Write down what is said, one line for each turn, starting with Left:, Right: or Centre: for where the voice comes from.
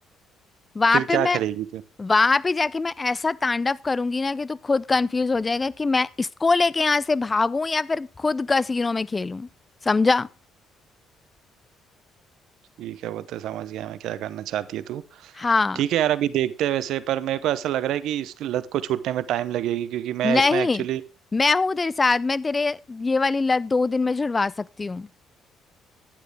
Left: वहां
Right: फिर
Left: पे
Right: क्या
Left: मैं
Right: करेगी तू
Left: वहां पे जाके मैं ऐसा तांडव करूंगी ना कि तू खुद कंफ्यूज हो जाएगा कि मैं इसको लेके यहाँ से भागूं या फिर खुद कसीनो में खेलूं समझा
Right: ठीक है वो तो समझ गया मैं क्या करना चाहती है तू
Left: हाँ
Right: ठीक है यार अभी देखते हैं वैसे पर मेरे को ऐसा लग रहा है कि इस लत को छूटने में टाइम लगेगी क्योंकि मैं
Left: नहीं
Right: इसमें एक्चुअली
Left: मैं हूं तेरे साथ मैं तेरे ये वाली लत दो दिन में छुड़वा सकती हूँ